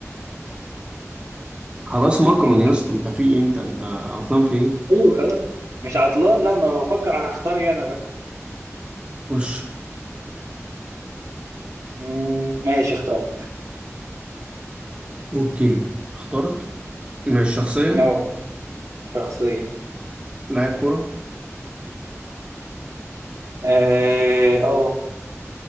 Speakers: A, on the right (about 20°); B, on the right (about 75°).
A: خلاص ماكرون
B: ممكن
A: يا اسطى انت في ايه انت انت عطلان في ايه
B: ايوه خلاص مش عطلان لا ما بفكر هختار ايه انا بقى
A: خش
B: مم، ماشي اخترت
A: اوكي اخترت ماشي شخصية
B: اه شخصية
A: لاعب كرة
B: اه أه.